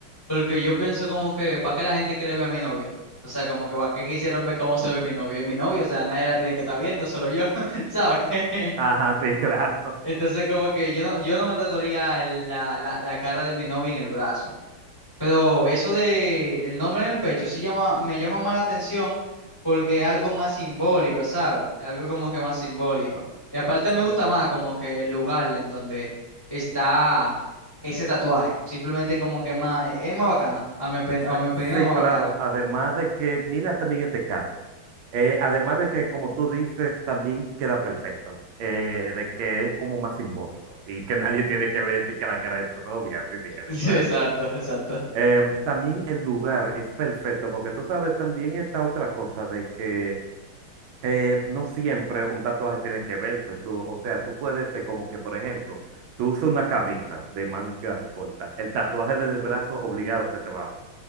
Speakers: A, on the left (about 15°); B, on the right (about 75°).
A: Porque yo pienso como que, ¿para qué la gente quiere ver a mi novia? O sea, como que ¿para qué quisieran ver cómo se ve mi novia? Es mi novia, o sea, nadie la tiene que estar viendo, solo yo, <laughs> ¿sabes? <laughs>
B: <laughs> Ajá, sí, claro.
A: Entonces como que yo no, yo no me tatuaría el- la, la, la cara de mi novia en el brazo. Pero eso de el nombre en el pecho sí llama, me llama más la atención porque es algo más simbólico, ¿sabes? Es algo como que más simbólico. Y aparte me gusta
B: Sí,
A: más como que el lugar en donde está ese tatuaje. Simplemente como que es más, es más bacano. A mi, opi-
B: sí,
A: a mi opinión
B: sí,
A: es más
B: claro.
A: bacano.
B: Además de que, mira también este caso. Eh, además de que, como tú dices, también queda perfecto. eh, de que es como más simbólico y que <laughs> nadie tiene que ver que la cara de tu novia, así que en
A: <laughs> Exacto,
B: el brazo.
A: exacto.
B: Eh, también el lugar es perfecto, porque tú sabes, también está otra cosa de que eh, no siempre un tatuaje tiene que verse. Tú, o sea, tú puedes ser como que, por ejemplo, tú usas una camisa de mangas cortas, el tatuaje del brazo obligado se te va a ver,